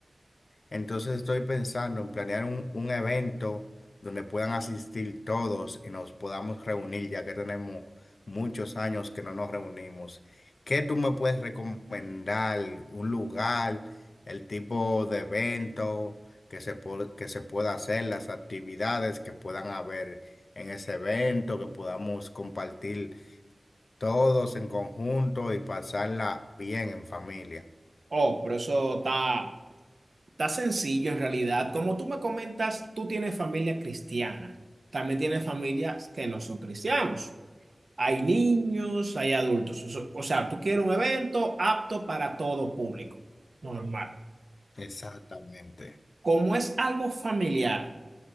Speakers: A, on the left (about 75°); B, on the right (about 65°).
A: Entonces estoy pensando en planear un, un evento donde puedan asistir todos y nos podamos reunir, ya que tenemos muchos años que no nos reunimos. ¿Qué tú me puedes recomendar? ¿Un lugar, el tipo de evento que se, po- que se pueda hacer, las actividades que puedan haber en ese evento, que podamos compartir todos en conjunto y pasarla bien en familia?
B: Oh, pero eso está, está sencillo en realidad. Como tú me comentas, tú tienes familia cristiana. También tienes familias que no son cristianos. Hay niños, hay adultos. Eso- o sea, tú quieres un evento apto para todo público. Normal.
A: Exactamente.
B: Como es algo familiar,